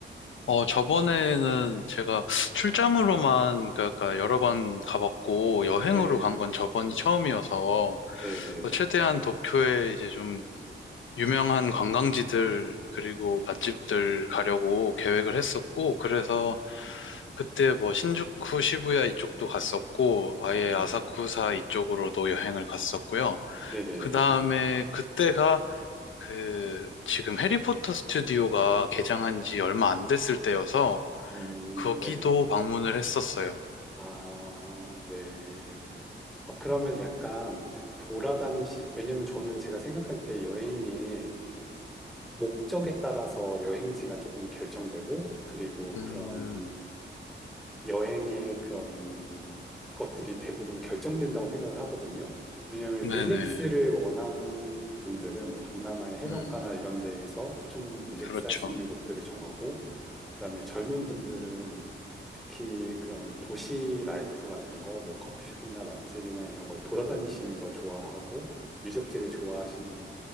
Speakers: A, on the left; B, in the centre.
A: 어, 저번에는 제가 출장으로만 그러니까 여러 번 가봤고 여행으로
B: 네,
A: 간 건 저번이 처음이어서
B: 네,
A: 최대한 도쿄에 이제 좀 유명한 관광지들 그리고 맛집들 가려고 계획을 했었고 그래서 그때 뭐 신주쿠, 시부야 이쪽도 갔었고, 아예
B: 네,
A: 아사쿠사 이쪽으로도 여행을 갔었고요.
B: 네네.
A: 그 다음에 그때가 그 지금 해리포터 스튜디오가 개장한 지 얼마 안 됐을 때여서
B: 음,
A: 거기도
B: 네네.
A: 방문을 했었어요.
B: 아, 네. 어, 그러면 약간 돌아다니시, 왜냐면 저는 제가 생각할 때 여행에 목적에 따라서 여행지가 조금 결정되고, 그리고
A: 음,
B: 그런 여행의 그런 것들이 대부분 결정된다고 생각을 하거든요. 왜냐면
A: 네네.
B: 릴렉스를 원하는 분들은 뭐 동남아의 해변가나
A: 음,
B: 이런 데에서 좀 릴렉스
A: 그렇죠.
B: 할 수 있는 곳들을 정하고, 그다음에 젊은 분들은 특히 그런 도시 라이프 같은 거, 뭐 커피숍이나 맛집이나 이런 걸 돌아다니시는 걸 좋아하고, 유적지를 좋아하시는